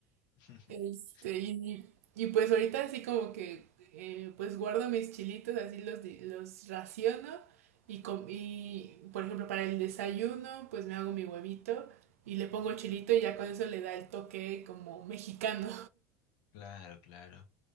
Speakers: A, on the left (about 60°); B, on the right (about 75°).
A: <laughs>
B: Este, y, y pues ahorita así como que eh, pues guardo mis chilitos, así los, di- los raciono. Y, com- y por ejemplo para el desayuno pues me hago mi huevito y le pongo chilito y ya con eso le da el toque como mexicano.
A: Claro, claro.